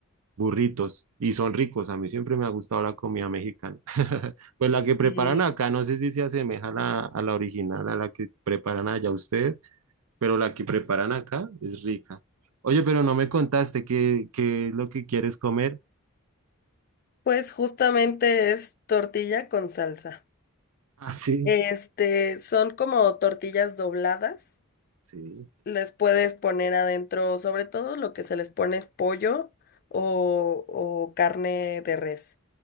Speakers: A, on the right; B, on the left.
A: burritos y son ricos. A mí siempre me ha gustado la comida mexicana. <laughs> Pues la
B: Sí.
A: que preparan acá, no sé si se asemeja a la, a la original, a la que preparan allá ustedes, pero la que preparan acá es rica. Oye, pero no me contaste qué, qué es lo que quieres comer.
B: Pues justamente es tortilla con salsa.
A: Ah, sí.
B: Este, son como tortillas dobladas.
A: Sí,
B: Les puedes poner adentro, sobre todo lo que se les pone es pollo o, o carne de res.